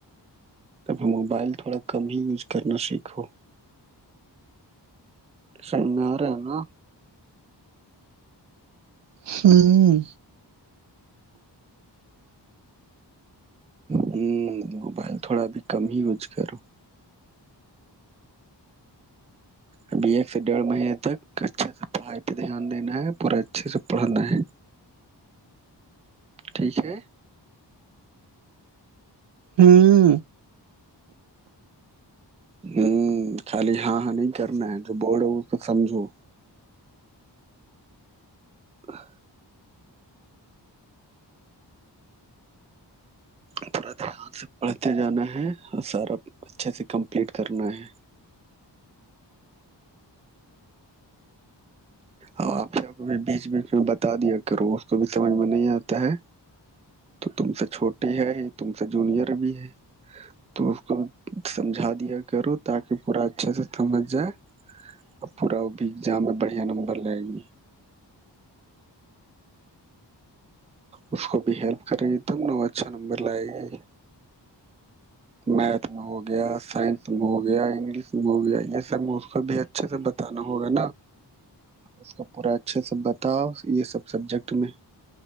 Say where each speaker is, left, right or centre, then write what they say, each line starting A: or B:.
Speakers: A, on the right; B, on the right.
A: تب موبائل تھوڑا کم ہی یوز کرنا سیکھو شنگار ہے نا
B: ہوں
A: ہوں موبائل تھوڑا ا بھی کم ہی یوز کرو ابھی ایک سے ڈیڑھ مہینے تک اچھے سے پڑھائی پہ دھیان دینا ہے پورا اچھے سے پڑھا ہے ٹھیک ہے
B: ہا <unintelligible> <inaudible>
A: ہوں خالی ہاں ہاں نہیں کرنا ہے جو بڈ ہے وہ تو سمجھو ہ <inaudible> پورا دھیان سے پڑھتے جانا ہے اور سارا اچھے سے کمپلیٹ کرنا ہے اور آپیا کو بھی بیچ بیچ میں بتا دیا کرو اس کو بھی سمجھ میں نہیں آتا ہے تو تم سے چھوٹی ہے ہی تم سے جونیئر بھی ہے تو اس کو سمجھا دیا کرو تاکہ پورا اچھا سے سمج جائے اور پورا وہ بھی ایگزام میں بڑھیا نمبر لے گی اس کو بھی ہیلپ کرے گی تب ن وہ اچھا نمبر لائے گی میتھ میں ہوگیا سائنس میں ہو گیا انگلش میں ہو گیا یہ سب اس کو بھی اچھے سے بتا بتانا ہوگا نا اس کا پورا اچھے سے بتاؤ یہ سب سبجیکٹ میں